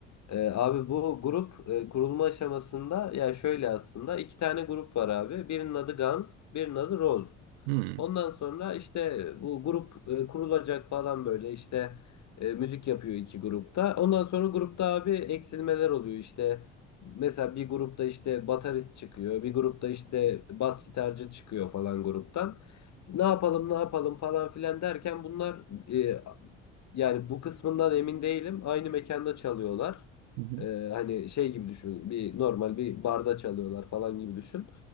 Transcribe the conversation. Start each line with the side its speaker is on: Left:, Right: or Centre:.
Left: Ee, abi bu grup e, kurulma aşamasında ya şöyle aslında iki tane grup var abi. Birinin adı Guns, birinin adı Rose.
Right: Hmm.
Left: Ondan sonra işte bu grup e, kurulacak falan böyle işte e, müzik yapıyor iki grupta. Ondan sonra grupta abi eksilmeler oluyor işte. Mesela bir grupta işte baterist çıkıyor, bir grupta işte bas gitarcı çıkıyor falan gruptan ne yapalım ne yapalım falan filan derken bunlar e, yani bu kısmından emin değilim. Aynı mekanda çalıyorlar.
Right: Hı hı.
Left: E, hani şey gibi düşün. Bir normal bir barda çalıyorlar falan gibi düşün.